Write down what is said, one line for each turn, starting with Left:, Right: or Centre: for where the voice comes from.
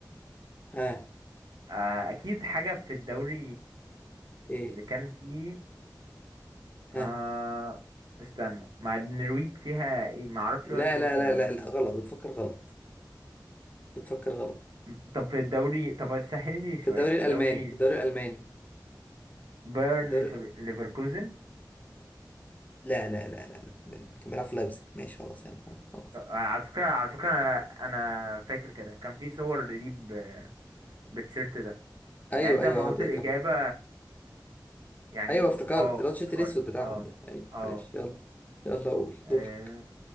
Left: ها
Right: آه، أكيد حاجة في الدوري
Left: ايه
Right: اللي كان فيه آه
Left: ها
Right: استنى مع النرويج فيها ايه ما اعرفش
Left: لا
Right: ولا فريق
Left: لا
Right: في النرويج
Left: لا لا لا غلط بتفكر غلط بتفكر غلط
Right: م- طب في الدوري طب سهل لي شويه
Left: في الدوري
Right: في
Left: الالماني
Right: الدوري
Left: في الدوري الالماني
Right: بايرن
Left: في الدوري
Right: ليفر- ليفركوزن
Left: لا لا لا لا لا كان بيلعب في لايبزيج ماشي خلاص يلا خلاص
Right: آه، على فكره على فكره انا فاكر كده كان في صور ليه ب- بالتيشيرت ده
Left: ايوه
Right: يعني انت
Left: ايوه
Right: ما
Left: هو
Right: قلت الاجابه
Left: كان
Right: يعني
Left: ايوه افتكرت
Right: اه
Left: اللي هو التيشيرت
Right: افتكرت
Left: الاسود بتاعهم
Right: اه
Left: ده ايوه
Right: اه
Left: ماشي يلا يلا قول
Right: آه،
Left: دورك